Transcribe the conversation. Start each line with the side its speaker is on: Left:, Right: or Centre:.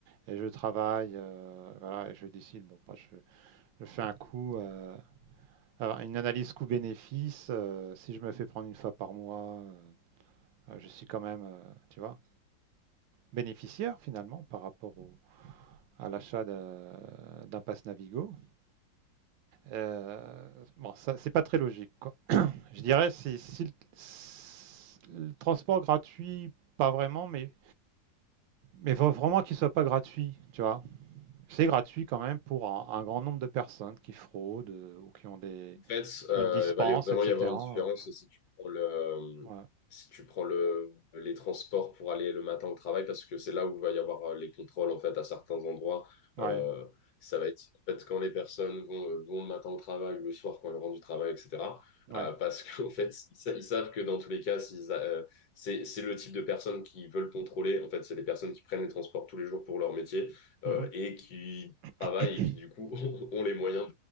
Right: et je travaille, euh, voilà, et je décide, bon, bah, je, je fais un coût, euh, alors, une analyse coût-bénéfice, euh, si je me fais prendre une fois par mois, euh, je suis quand même, euh, tu vois, bénéficiaire finalement par rapport au, à l'achat d'un d'un pass Navigo. Euh, bon, ça, c'est pas très logique, quoi. Je dirais, si, si le, si le transport gratuit, pas vraiment, mais, mais faut vraiment qu'il soit pas gratuit, tu vois. C'est gratuit quand même pour un, un grand nombre de personnes qui fraudent euh, ou qui ont des,
Left: En fait, euh,
Right: une dispense,
Left: bah, il va y a- vraiment
Right: etc.
Left: y avoir une différence si tu prends le,
Right: Ouais,
Left: si tu prends le, les transports pour aller le matin au travail, parce que c'est là où il va y avoir euh, les contrôles en fait à certains endroits.
Right: ouais,
Left: Euh, ça va être en fait quand les personnes vont, euh, vont le matin au travail ou le soir quand elles rentrent du travail, etc.
Right: ouais.
Left: Euh, parce qu'en <laughs> fait, ils, sa- ils savent que dans tous les cas, s'ils a- euh, c'est c'est le type de personnes qui veulent contrôler. En fait, c'est les personnes qui prennent les transports tous les jours pour leur métier
Right: Mhm.
Left: euh, et qui
Right: <coughs>
Left: travaillent et qui du coup <laughs> ont les moyens